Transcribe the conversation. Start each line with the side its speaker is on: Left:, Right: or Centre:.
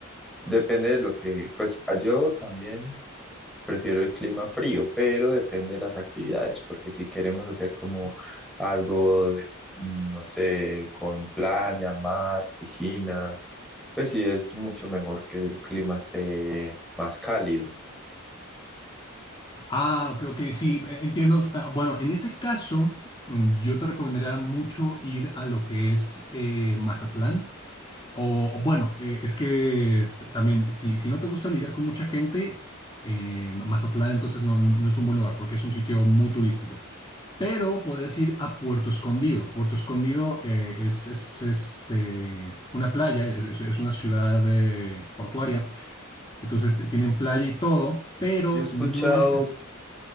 Centre: depende de lo que, pues a- yo también prefiero el clima frío, pero depende de las actividades, porque si queremos hacer como algo de, mm, no sé, con playa, mar, piscina, pues sí es mucho mejor que el clima esté más cálido, ¿no?
Left: Ah, creo que sí, eh, entiendo. Ah, Bueno, en ese caso, mm, yo te recomendaría mucho ir a lo que es eh, Mazatlán. O o bueno, eh, es que t- también, si, si no te gusta lidiar con mucha gente, eh, Mazatlán entonces no, no- no es un buen lugar porque es un sitio muy turístico. Pero podrías ir a Puerto Escondido. Puerto Escondido eh, es, es, este, una playa, es, es- es una ciudad eh, portuaria. Entonces eh, tienen playa y todo, pero
Centre: Yo he escuchado,
Left: no es...